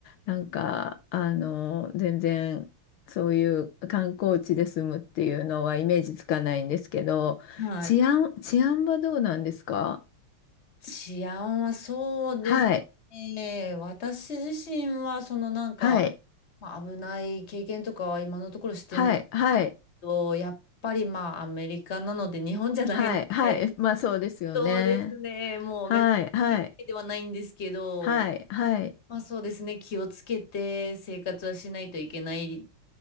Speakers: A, on the left; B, on the left.
A: なんか、あの、全然、そういう観光地で住むっていうのはイメージつかないんですけど、
B: はい。
A: 治安、治安はどうなんですか
B: 治安はそうですね。
A: はい、
B: 私自身は、そのなんか、
A: はい、
B: まあ、危ない経験とかは今のところしてないけ
A: はい、はい、
B: ど、やっぱりまあアメリカなので日本じゃないので、
A: はい、はい、まあそうですよね。
B: そうですね。もうめっちゃいいわけではないんですけど、
A: はい、はい、はい、はい、
B: まあそうですね。気をつけて生活はしないといけないっ